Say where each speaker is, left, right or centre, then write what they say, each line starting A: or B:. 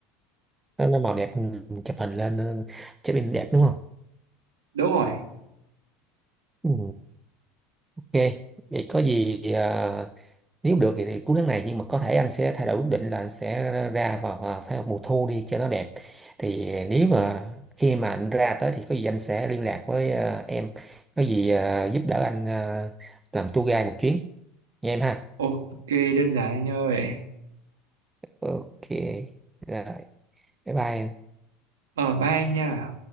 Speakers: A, on the right (about 15°); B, on the right (about 80°).
A: nó nó màu đẹp ừ, chụp hình lên ừ, chụp hình đẹp đúng không
B: <laughs> đúng rồi
A: ừ Ok, vậy có gì à, nếu được thì, thì cuối tháng này nhưng mà có thể anh sẽ thay đổi quyết định là anh sẽ ra vào, vào theo mùa thu đi cho nó đẹp. Thì nếu mà khi mà anh ra tới thì có gì anh sẽ liên lạc với à, em, có gì à, giúp đỡ anh à, làm tour guide một chuyến nha em ha.
B: ok đơn giản anh ơi
A: Ok, rồi, bye bye em.
B: ờ bye anh nha